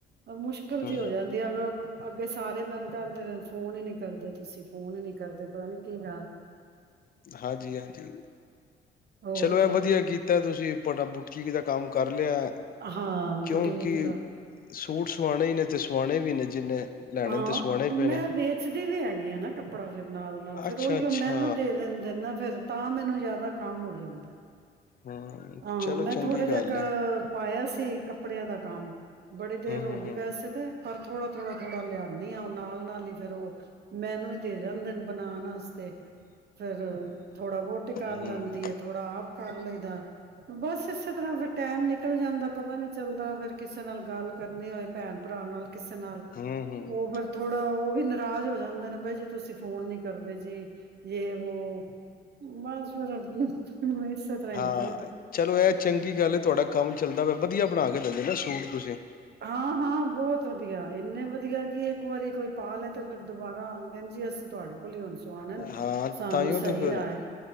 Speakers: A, on the right (about 55°); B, on the left (about 45°).
A: ਮੁਸ਼ਕਿਲ
B: ਹਮ
A: ਜਿਹੀ ਹੋ, ਜਾਂਦੀ ਅਗ ਅੱਗੇ ਸਾਰੇ ਮੈਨੂੰ ਕਹਿੰਦੇ ਫੋਨ ਨੀ ਕਰਦੇ ਤੁਸੀਂ ਫੋਨ ਹੀ ਨੀ ਕਰਦੇ ਪਤਾ ਨੀ ਕਿਦਾ
B: ਹਾਂਜੀ-ਹਾਂਜੀ,
A: ਹੋਰ
B: ਚਲੋ ਇਹ
A: ਕੀ
B: ਵਧੀਆ ਕੀਤਾ ਤੁਸੀਂ ਬੁਟੀਕ ਦਾ ਕੰਮ ਕਰ। ਕਰ ਲਿਆ
A: ਹਾਂ
B: ਕਿਉਂਕਿ
A: ਬੁਟੀਕ ਦਾ
B: ਸੂਟ ਸਵਾਣੇ ਹੀ ਨੇ ਤੇ ਸਵਾਣੇ ਵੀ ਨੇ ਜਿੰਨੇ ਲੈਣੇ
A: ਹਾਂ,
B: ਤੇ ਸਵਾਣੇ ਹੀ ਪੈਣੇ
A: ਮੈਂ ਵੇਚਦੀ ਵੀ ਹੈਗੀ ਆ ਨਾ ਕੱਪੜਾ ਫੇਿਰ ਨਾਲ- ਨਾਲ ਫੇਿਰ
B: ਅੱਛਾ
A: ਉਹੀ
B: ਅੱਛਾ
A: ਉਹ ਮੈਨੂੰ ਦੇ ਦੇਨਦੇ ਹੈਨਾ ਫਿਰ ਤਾਂ ਮੈਨੂੰ ਜਿਆਦਾ ਕੰਮ ਹੋ ਜਾਂਦਾ।
B: ਹਮ
A: ਹਾਂ,
B: ਚਲੋ
A: ਮੈਂ
B: ਚੰਗੀ
A: ਥੋੜਾ
B: ਗੱਲ
A: ਜਿ ਕੁ
B: ਹੈ
A: ਪਾਇਆ ਸੀ। ਕੱਪੜਿਆਂ ਦਾ ਕੰਮ। ਬੜੀ ਦੇਰ
B: ਹੂੰ
A: ਹੋ
B: ਹੂੰ
A: ਗਈ ਵੈਸੇ ਤੇ, ਪਰ ਥੋੜਾ-ਥੋੜਾ-ਥੋੜਾ ਲਿਆ ਨੀ ਉਹ ਨਾਲ-ਨਾਲ ਹੀ ਫੇਰ ਉਹ ਮੈਨੂੰ ਹੀ ਦੇ ਜਾਂਦੇ ਨੇ ਬਣਾਉਣ ਵਾਸਤੇ ਫਿਰ ਥੋੜਾ ਵਹੁੋਟੀ ਕਰ
B: ਹੂੰ
A: ਲੈਂਦੀ ਹੈ। ਥੋੜਾ ਆਪ ਕਰ ਲਈਦਾ। ਬਸ ਇਸੇ ਤਰ੍ਹਾਂ ਫਿਰ ਟੈਮ ਨਿਕਲ ਜਾਂਦਾ ਪਤਾ ਨੀ ਚੱਲਦਾ ਫੇਰ ਕਿਸੇ ਨਾਲ ਗੱਲ ਕਰਨੀ ਹੋਏ ਭੈਣ-ਭਰਾ ਨਾਲ ਕਿਸੇ ਨਾਲ,
B: ਹੂੰ ਹੂੰ
A: ਉਹ ਫਿਰ ਥੋੜਾ ਉਹ ਵੀ ਨਰਾਜ ਹੋ ਜਾਂਦੇ ਨੇ ਬਾਈ ਜੀ ਤੁਸੀਂ ਫੋਨ ਨੀ ਕਰਦੇ ਜੀ ਯੇਹ- ਵੋਹ ਬਸ ਫਿਰ ਹੂੰ ਇਸੇ ਤਰਹਾਂ ਦੀ
B: ਹਾਂ ਚਲੋ, ਇਹ ਚੰਗੀ ਗੱਲ ਹੈ ਤੁਹਾਡਾ ਕੰਮ ਚੱਲਦਾ ਪਿਆ, ਵਧੀਆ ਬਣਾ ਕੇ ਦਿੰਦੇ ਨਾ ਸੂਟ ਤੁਸੀਂ
A: ਹਾਂ-ਹਾਂ ਬਹੁਤ ਵਧਆ ਵਧੀਆ, ਇੰਨੇ ਵਧੀਆ ਕਿ ਇੱਕ ਵਾਰੀ ਕੋਈ ਪਾ ਲੈ ਤੇ ਫਿਰ ਦੁਬਾਰਾ ਆਉਂਦੇ ਨੇ ਜੀ ਅਸੀਂ ਤੁਹਾਡੇ ਕੋਲ ਉਹਨਾਂ ਕੌਲੋ ਸਵਾਣੇ,
B: ਹਾਂ
A: ਸਾਨੂੰ
B: ਤਾਂਹੀਓ
A: ਸਹੀ
B: ਤੇ ਫਿਰ
A: ਆਏ